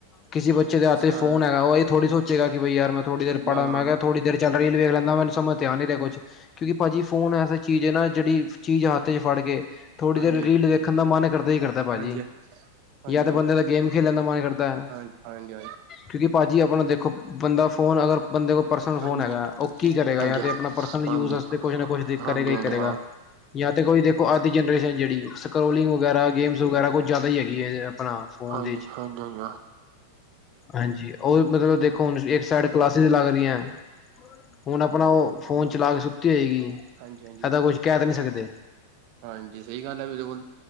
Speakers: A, on the left; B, on the right.
A: ਕਿਸੀ ਦਾਤੇ
B: ਹਾਂ
A: ਫੋ ਹੈਗਾ ਥੋੜ੍ਹੀੋ ਚੇਗਾ ਕਿ ਬਈ ਯਾਰ ਥੋੜ੍ਹੀ ਦੇਰ ੜਾਂ
B: ਹਾਂ
A: ਮੈਂ ਕਿਹਾ- ਥੋੜ੍ਹਾ ਦੇਰ ਚੱਲ ਰਹੀ ਲੇਖ ਲੈਂਦਾ ਮੈਨ ਸਮਝ ਧਿਆਨ ਨ ਰਿਹਾ ।ਕੁਛ ਕਿਉਂਕਿ ਭਾਜੀ ਫੋਨ ਐਸਸੀ ਚੀਜ਼ ਹੈ। ਨਾ ਜਿਹੜੀ ਚੀਜ਼ ਹੱਥ ਚ ਫੜ ਕੇ ਥੋੜ੍ਹੀ
B: ਹਾਂਜੀ
A: ਦੇਰ ਰੀਲ ਦੇਖਣ ਦਾ ਮਨ ਕਰਦਾ ਹੀ ਕਰਦਾ ਭਾਜੀ।
B: ਹਾਂਜੀ ਹਾਂਜੀ ਹਾਂਜੀ
A: ਜਾਂ ਤਾਂ ਬੰਦੇ ਦਾ ਗੇਮ ਖੇਲਣ ਦਾ ਮਨ ਕਰਦਾ।
B: ਹਾਂਜੀ ਹਾਂਜੀ
A: ਕਿਉਂਕਿ ਭਾਜੀ ਆਪਣਾ ਦੇਖੋ ਬੰਦਾ ਫੋ ਅਗਰ ਬੰਦੇ ਕੋਲ ਪਰਸਨਲ ਫੋਨ
B: ਹਾਂਜੀ
A: ਹੈਗਾ।
B: ਹਾਂਜੀ ਹਾਂਜੀ
A: ਉਹ ਕੀ ਕਰੇਗਾ ਜਾਂ ਤੇ
B: ਹਾਂਜੀ
A: ਆਪਣਾ ਪਰਸਨਲ
B: ਹਾਂਜੀ
A: ਯੂਜ ਵਾਸਤੇ
B: ਹਾਂਜੀ ਹਾਂਜੀ
A: ਕੁਛ ਨਾ ਕੁਛ ਕਰੇਗਾ
B: ਹਾਂਜੀ
A: ਹੀ
B: ਹਾਂਜੀ
A: ਕਰੇਗਾ। ਜਾਂ ਤੇ ਕੋਈ ਦੇਖੋ ਆਦਿ ਜਨਰੇਸ਼ਨ ਜਿਹੜੀ ਸਕੋਲਿੰਗ ਵਗੈਰਾ ਗੇਮਸ ਵਗੈਰਾ ਕੁਛ ਜਿਆਦਾ ਹੀ ਹੈਗੀ ਹੈ। ਆਪਣਾ ਫੋਨ
B: ਹਾਂਜੀ
A: ਦੇ ਵਿਚ
B: ਹਾਂਜੀ ਹਾਂਜੀ ਹਾਂਜੀ ਹਾਂਜੀ ਹਾਂਜੀ
A: ਹਾਂਜੀ, ਉਹ ਮਤਲਬ ਦੇਖੋ ਹੁਣ ਇੱਕ ਸਾਈਡ ਕਲਾਸਿਸ ਲੱਗ ਰਹੀਆਂ। ਹੁਣ ਆਪਣਾ ਉਹ ਫੋਨ ਚਲਾ ਕੇ ਸੁੱਤੀ ਹੋਏਗੀ।
B: ਹਾਂਜੀ-
A: ਇਹਦਾ ਕੁਛ ਕਹਿ ਤਾਂ ਨਹੀਂ
B: ਹਾਂਜੀ-
A: ਸਕਦੇ
B: ਹਾਂਜੀ। ਸਹੀ ਗੱਲ ਹੈ ਬਿਲਕੁਲ